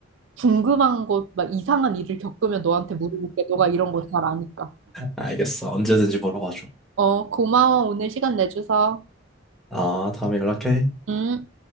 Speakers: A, on the right (about 80°); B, in the centre.
A: 궁금한 것, 막 이상한 일을 겪으면 너한테 물어볼게. 너가 이런 거 잘 아니까.
B: 알겠어. 언제든지 물어봐줘.
A: 어, 고마워. 오늘 시간 내줘서.
B: 아, 다음에 연락해.
A: 응?